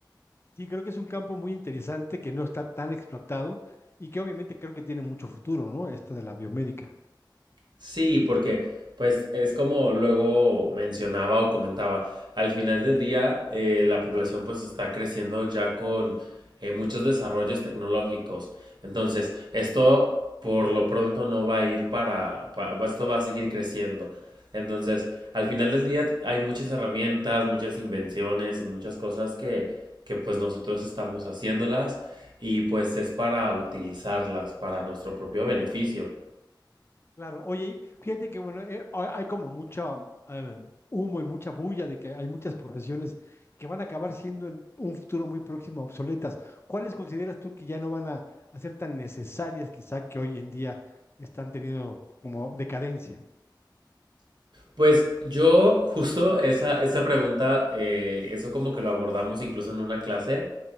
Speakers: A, on the left (about 30°); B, on the right (about 65°).
A: Sí, creo que es un campo muy interesante que no está tan explotado y que obviamente creo que tiene mucho futuro, ¿no? Esta de la biomédica.
B: Sí, porque pues es como luego mencionaba o comentaba, al final del día eh, la población pues está creciendo ya con eh, muchos desarrollos tecnológicos. Entonces, esto por lo pronto no va a ir para, para, esto va a seguir creciendo. Entonces, al final del día hay muchas herramientas, muchas invenciones y muchas cosas que, que pues nosotros estamos haciéndolas y pues es para utilizarlas para nuestro propio beneficio.
A: Claro, oye, y fíjate que bueno, eh, hay hay como mucha eh, humo y mucha bulla de que hay muchas profesiones que van a acabar siendo en un futuro muy próximo obsoletas. ¿Cuáles consideras tú que ya no van a, a ser tan necesarias quizá que hoy en día están teniendo como decadencia?
B: Pues yo justo esa, esa pregunta, eh, eso como que lo abordamos incluso en una clase